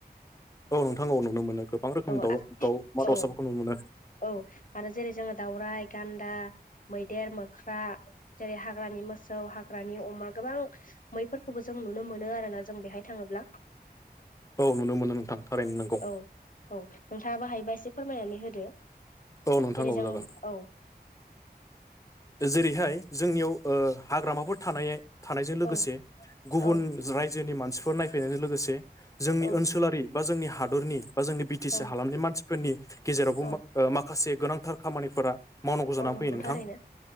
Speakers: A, on the left; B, on the left.
A: औ नोंथां नुनो मोनो गोबां रोखोमनि
B: औ
A: द दाउमा
B: औ
A: दावसाफोरखौ नुनो मोनो
B: औ आरो जेरै जोङो दावराइ गान्दा मैदेर मोख्रा जेरै हाग्रानि मोसौ हाग्रानि अमा गोबां मैफोरखौबो जों नुनो मोनो आरोना जों बेहाय थाङोब्ला
A: औ नुनो मोनो नोंथां रारायनो नांगौ
B: औ औ नोंथाङा बाहायबा एसे फोरमायनानै होदो
A: औ नोंथां
B: जेरै
A: औ
B: जों
A: जागोन
B: औ
A: जेरैहाय जोंनियाव ओ हाग्रामाफोर थानाय थानायजों लोगोसे
B: औ
A: गुबुन
B: औ
A: रायजोनि मानसिफोर नायफै फैनायजों लोगोसे जोंनि
B: औ
A: ओनसोलारि बा जोंनि हादरनि बा जोंनि बि टि
B: औ
A: सि हालामनि मानसि फोरनि गेजेरावबो
B: औ
A: ओ माखासे गोनांथार खामानिफोरा मावनांगौ
B: औ
A: जानानै
B: नंगौ
A: फैयो नोंथां
B: थारैनो